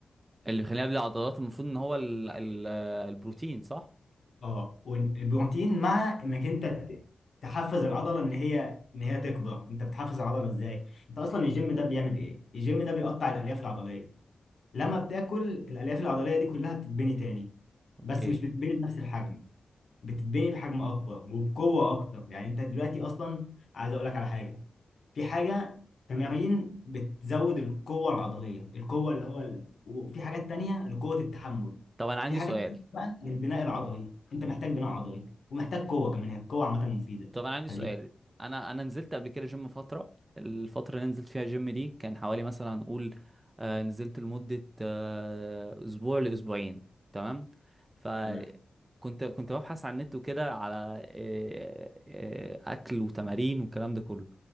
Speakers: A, on the right; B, on the left.
A: اللي بيخلينا بلا عضلات المفروض ان هو ال ال البروتين صح
B: اه والبروتين مع انك انت ت- تحفز العضله ان هي ان هي تكبر انت بتحفز العضله ازاي انت اصلا الجيم ده بيعمل ايه الجيم ده بيقطع الالياف العضليه لما بتاكل الالياف العضليه دي كلها بتتبني تاني
A: اوكي
B: بس مش بتتبني بنفس الحجم بتتبني بحجم اكبر وبقوه اكتر يعني انت دلوقتي اصلا عايز اقول لك على حاجه في حاجه تمارين بتزود القوه العضليه القوه اللي هو ال... وفي حاجات تانية لقوه التحمل
A: طب انا عندي
B: في حاجات
A: سؤال
B: تانية بقى للبناء العضلي انت محتاج بناء عضلي ومحتاج قوه كمان هي القوه عامه مفيده
A: طب انا عندي
B: خليك
A: سؤال انا انا نزلت قبل كده جيم فتره الفتره اللي نزلت فيها جيم دي كان حوالي مثلا هنقول آه، نزلت لمده آه، اسبوع لاسبوعين تمام فكنت
B: تمام
A: كنت ببحث على النت وكده على آه، آه، اكل وتمارين والكلام ده كله